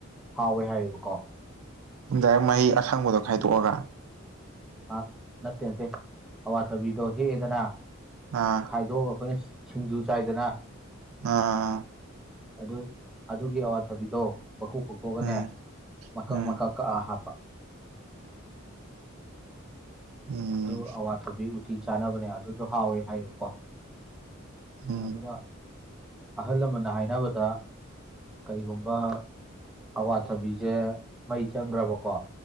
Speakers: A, in the centre; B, on the right (about 85°).
A: ꯍꯥꯎꯋꯦ ꯍꯥꯏꯌꯦꯕꯀꯣ
B: ꯎꯝ ꯗꯥꯏꯔꯦꯛ ꯃꯍꯩ ꯑꯁꯪꯕꯗꯣ ꯈꯥꯏꯗꯣꯛꯑꯒ
A: ꯑ ꯅꯠꯇꯦ ꯅꯠꯇꯦ ꯑꯋꯥꯊꯕꯤꯗꯣ ꯍꯦꯛꯑꯦꯗꯅ
B: ꯑꯥ
A: ꯈꯥꯏꯗꯣꯛꯑꯒ ꯑꯩꯈꯣꯏꯅ ꯁꯤꯡꯖꯨ ꯆꯥꯏꯗꯅ
B: ꯑꯥ
A: ꯑꯗꯨ ꯑꯗꯨꯒꯤ ꯑꯋꯥꯊꯕꯤꯗꯣ ꯃꯀꯨ ꯈꯣꯛꯇꯣꯛꯑꯒꯅꯦ
B: ꯑꯥ
A: ꯃꯀꯛ
B: ꯎꯝ
A: ꯃꯀꯛ ꯀꯛꯑꯥ ꯍꯥꯞꯄ
B: ꯎꯝ
A: ꯑꯗꯨ ꯑꯋꯥꯊꯕꯤ ꯕꯨꯗꯤ ꯆꯥꯅꯕꯅꯦ ꯑꯗꯨꯗꯣ ꯍꯥꯎꯋꯦ ꯍꯥꯏꯌꯦꯕꯀꯣ
B: ꯎꯝ ꯎꯝ
A: ꯑꯗꯨꯒ ꯑꯍꯜ ꯂꯃꯟꯅ ꯍꯥꯏꯅꯕꯗ ꯀꯔꯤꯒꯨꯝꯕ ꯑꯋꯥꯊꯕꯤꯁꯦ ꯃꯩ ꯆꯪꯈ꯭ꯔꯕꯀꯣ